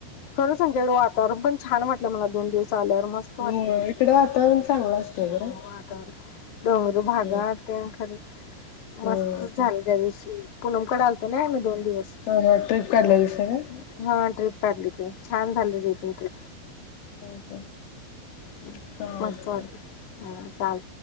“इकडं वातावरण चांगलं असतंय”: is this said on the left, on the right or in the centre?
Left